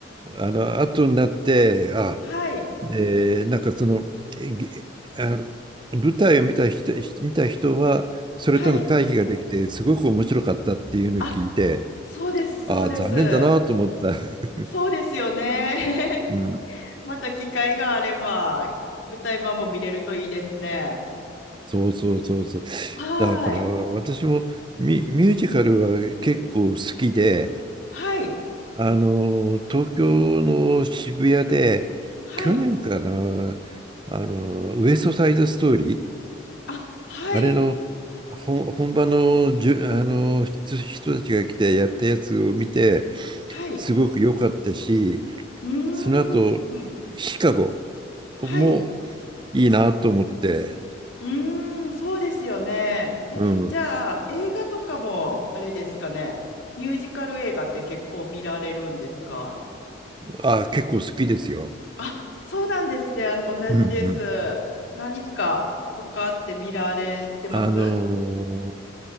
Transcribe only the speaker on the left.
はい。
はい。
あ、そうです、そうです。
そうですよね。<laughs>
また機会があれば、舞台版も見れるといいですね。
はーい。
はい。
はい。
あ、はい。
はい。
うーん。
はい。
うーん、そうですよね。え、
じゃあ、映画とかも、あれですかね。ミュージカル映画って結構見られるんですか
あ、そうなんですね。同じです。
何か他って見られてます